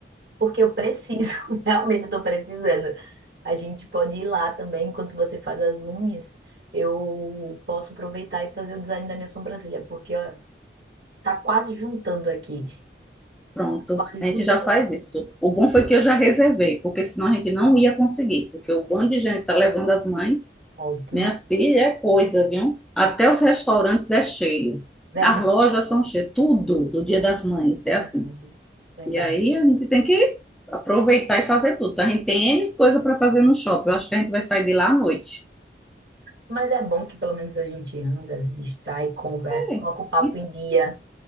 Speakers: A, on the right; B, in the centre.
A: porque eu preciso, <laughs> realmente eu tô precisando. A gente pode ir lá também, enquanto você faz as unhas, eu posso aproveitar e fazer o design da minha sobrancelha, porque ó, tá quase juntando aqui.
B: Pronto,
A: Quase
B: a gente
A: juntando.
B: já faz isso. O bom foi que eu já reservei, porque senão a gente não ia conseguir, porque o bando de gente tá levando as mães.
A: Ótimo.
B: Minha filha é coisa, viu? Até os restaurantes é cheio.
A: Verdade,
B: As lojas são cheias, tudo do Dia das Mães é
A: verdade,
B: assim.
A: verdade.
B: E aí a gente tem que aproveitar e fazer tudo. Então, A gente tem N coisa para fazer no shopping. Eu acho que a gente vai sair de lá à noite.
A: Mas é bom que pelo menos a gente anda, se distrai, conversa,
B: É,
A: coloca o papo
B: isso
A: em dia,